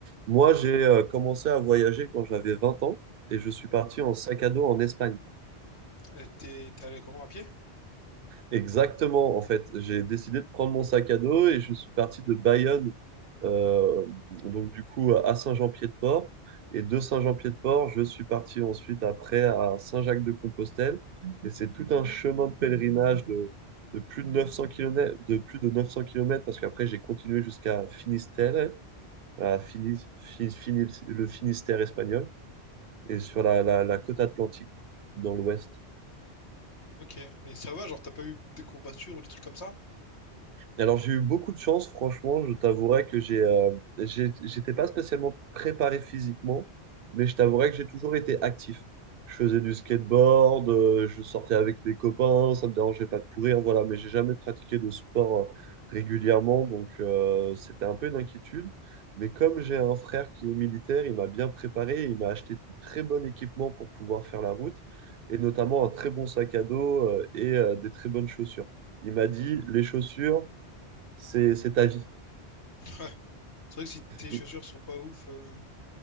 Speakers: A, on the right; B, on the left.
A: Moi, j'ai euh, commencé à voyager quand j'avais 20 ans et je suis parti en sac à dos en Espagne.
B: euh, t'es, t'es allé comment à pied?
A: Exactement, en fait, j'ai décidé de prendre mon sac à dos et je suis parti de Bayonne, euh, donc du coup à Saint-Jean-Pied-de-Port. Et de Saint-Jean-Pied-de-Port, je suis parti ensuite après à Saint-Jacques-de-Compostelle. Et c'est tout un chemin de pèlerinage de, de plus de 900 km, de plus de 900 kilomètres parce qu'après j'ai continué jusqu'à Finistère, à Finis- Fi- Finis- le Finistère espagnol, et sur la, la la côte atlantique, du coup, dans l'ouest.
B: Ok, mais ça va, genre, t'as pas eu des courbatures ou des trucs comme ça?
A: Alors j'ai eu beaucoup de chance, franchement, je t'avouerai que j'ai, euh, j'ai- j'étais pas spécialement préparé physiquement, mais je t'avouerai que j'ai toujours été actif. Je faisais du skateboard, euh, je sortais avec des copains, ça me dérangeait pas de courir, voilà, mais j'ai jamais pratiqué de sport euh, régulièrement, donc euh, c'était un peu une inquiétude. Mais comme j'ai un frère qui est militaire, il m'a bien préparé, il m'a acheté du très bon équipement pour pouvoir faire la route, et notamment un très bon sac à dos euh, et euh, des très bonnes chaussures. Il m'a dit, les chaussures, c'est c'est ta vie.
B: <laughs> Ouais, c'est vrai que si tes chaussures
A: Et-
B: sont pas ouf, euh,